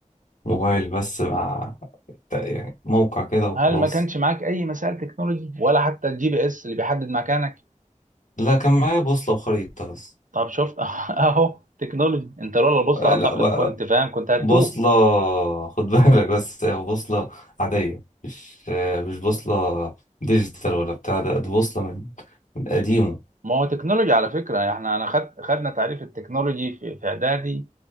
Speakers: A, on the left; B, on the right.
A: موبايل بس مع يعني موقع كده وخلاص
B: هل ما كانش معاك اي مسائل تكنولوجي ولا حتى الجي بي اس اللي بيحدد مكانك
A: لا كان معايا بوصلة وخريطة بس
B: طب شفت <laughs> اهو تكنولوجي انت لولا البوصله
A: آه،
B: اعتقد
A: لا بقى
B: كنت فاهم كنت هتوه
A: بوصلة <laughs> خد بالك بس هي بوصلة عادية مش آه، مش بوصلة ديجيتال ولا بتاع ده دي بوصلة من من قديمه
B: ما هو تكنولوجي على فكره احنا انا خد خدنا تعريف التكنولوجي في في اعدادي